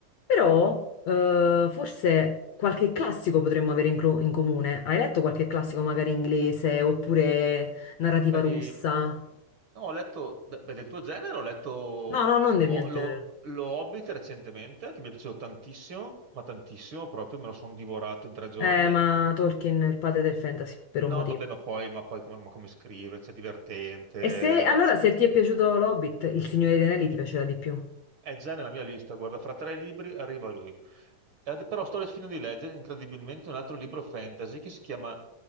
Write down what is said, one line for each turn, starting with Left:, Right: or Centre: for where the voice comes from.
Left: Però
Right: mm,
Left: eh, forse qualche classico potremmo avere in, clo- in comune. Hai letto qualche classico magari inglese oppure narrativa
Right: beh,
Left: russa?
Right: di... No, ho letto, beh, del tuo genere, ho letto
Left: No, no, non
Right: lo,
Left: del mio genere.
Right: lo, lo Hobbit recentemente, che mi è piaciuto tantissimo, ma tantissimo proprio, me lo sono divorato in tre giorni.
Left: Eh, ma Tolkien è il padre del fantasy, per
Right: No,
Left: un motivo.
Right: vabbè, ma poi, ma poi come, ma come scrive, c'è divertente,
Left: E se, allora,
Right: immagin-
Left: se ti è piaciuto L'Hobbit, Il Signore dei Anelli ti piacerà di più.
Right: è già nella mia lista, guarda, fra tre libri arriva lui. E ad- Però sto finendo di leggere incredibilmente un altro libro fantasy che si chiama